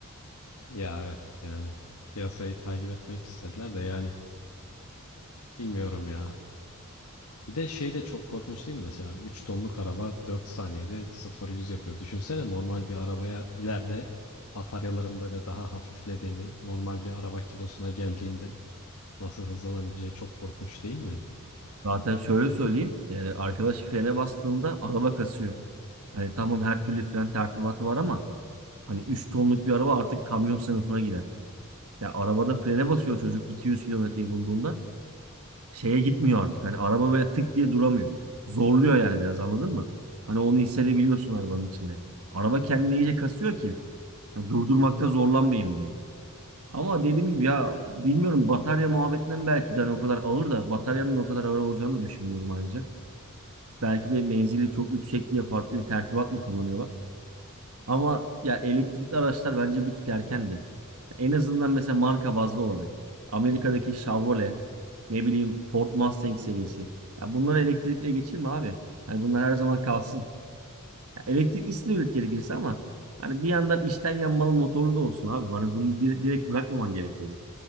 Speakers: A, on the left; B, on the right.
A: Ya evet yani piyasayı takip etmek istediler de yani bilmiyorum ya. Bir de şey de çok korkunç değil mi? Mesela 3 tonluk araba 4 saniyede sıfır yüz yapıyor. Düşünsene normal bir arabaya ileride bataryaların böyle daha hafiflediğini, normal bir araba kilosuna geldiğinde nasıl hızlanabileceği çok korkunç değil mi?
B: Zaten şöyle söyleyeyim. e, arkadaş frene bastığında araba kasıyor. Hani tamam her türlü fren tertibatı var ama hani 3 tonluk bir araba artık kamyon sınıfına girer. Ya arabada frene basıyor çocuk 200 kilometreyi bulduğunda. şeye gitmiyor artık. Hani araba böyle tık diye duramıyor. Zorluyor yani biraz anladın mı? Hani onu hissedebiliyorsun arabanın içinde. Araba kendini iyice kasıyor ki yani durdurmakta zorlanmayayım diye. Ama dediğim gibi ya bilmiyorum batarya muhabbetinden belki de hani o kadar ağır da bataryanın o kadar ağır olacağını da düşünmüyorum ayrıca. Belki de menzili çok yüksek diye farklı bir tertibat mı kullanıyorlar? Ama ya elektrikli araçlar bence bir tık erkendi. En azından mesela marka bazlı olarak Amerika'daki Chevrolet, ne bileyim Ford Mustang serisi. Ya bunları elektrikle geçirme abi. Hani bunlar her zaman kalsın. Ya elektriklisini üret gerekirse ama hani bir yandan içten yanmalı motorlu da olsun abi. Hani bunu di- direkt bırakmaman gerekiyordu.